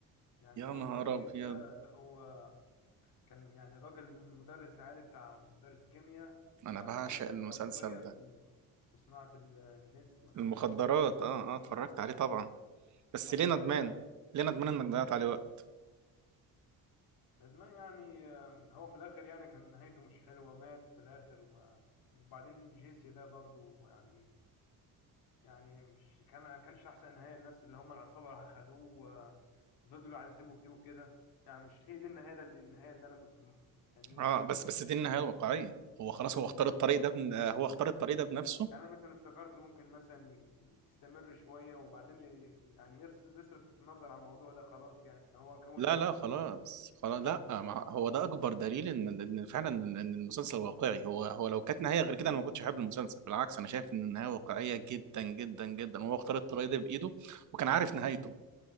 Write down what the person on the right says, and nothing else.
يا
نهار
ابيض
انا بعشق
المسلسل
ده
المخدرات
اه اه اتفرجت
عليه طبعا بس
ليه ندمان
ليه ندمان انك ضيعت عليه وقت
اه
بس بس دي النهايه الواقعيه هو خلاص هو اختار الطريق ده بن... آه، هو اختار الطريق ده بنفسه
لا
لا خلاص
خلاص لا
ما هو ده اكبر دليل ان ان فعلا ان إن المسلسل واقعي هو هو لو كانت نهايه
غير كده انا ما كنتش احب المسلسل بالعكس انا شايف ان النهايه واقعيه
جدا جدا جدا هو اختار الطريق ده بايده وكان عارف نهايته